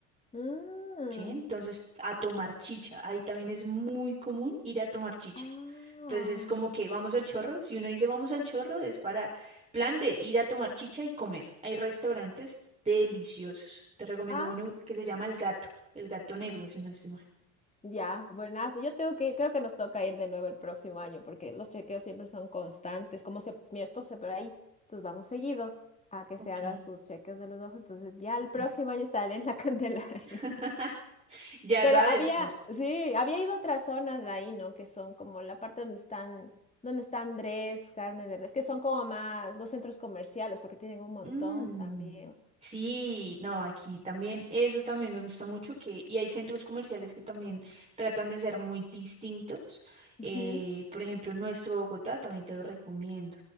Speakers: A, on the left; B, on the right.
A: Mm.
B: ¿sí? Entonces, a tomar chicha. Ahí también es muy común ir a tomar chicha.
A: Ah,
B: Entonces, como que vamos al chorro. Si uno dice vamos al chorro, es para plan de ir a tomar chicha y comer. Hay restaurantes deliciosos. Te recomiendo
A: ah,
B: uno que se llama El Gato, El Gato Negro, si no estoy mal.
A: ya. Buenazo. Yo tengo que, creo que nos toca ir de nuevo el próximo año porque los chequeos siempre son constantes. Como se- mi esposo se opera ahí, entonces vamos seguido a que
B: Ok,
A: se haga sus cheques de los ojos. Entonces ya el próximo
B: sí.
A: año estaré en la <laughs> Candelaria.
B: <laughs> Ya
A: Pero
B: sabes,
A: había,
B: claro.
A: sí, había ido a otras zonas de ahí, ¿no? Que son como la parte donde están, donde está Andrés, carne de res, que son como más los centros comerciales, porque tienen un montón
B: Mm,
A: también.
B: sí, no, aquí también, eso también me gusta mucho que, y hay centros comerciales que también tratan de ser muy distintos.
A: Ujú.
B: Eh, por ejemplo, nuestro Bogotá también te lo recomiendo,